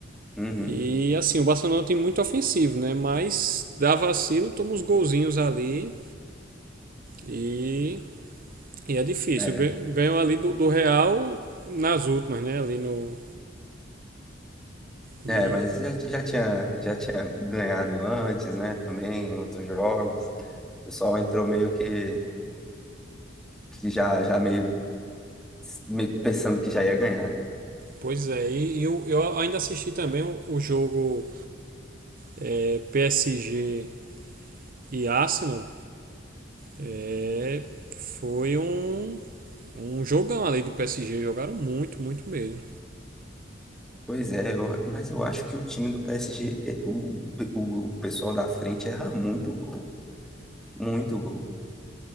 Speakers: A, in the centre; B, on the right.
A: Uhum,
B: E assim, o Barcelona tem muito ofensivo, né? Mas dá vacilo, toma uns golzinhos ali e, e é difícil.
A: é.
B: Ganhou ali do, do Real nas últimas, né? Ali no. E,
A: É, mas já, já tinha, já tinha ganhado antes, né? Também, em outros jogos. O pessoal entrou meio que, que já, já meio, meio pensando que já ia ganhar, né?
B: pois é, e eu, eu ainda assisti também o, o jogo é, PSG e Arsenal. É, foi um, um jogão ali do PSG, jogaram muito, muito mesmo.
A: Pois é, eu- mas eu acho que o time do PSG, é- o, o pessoal da frente erra muito gol. Muito gol.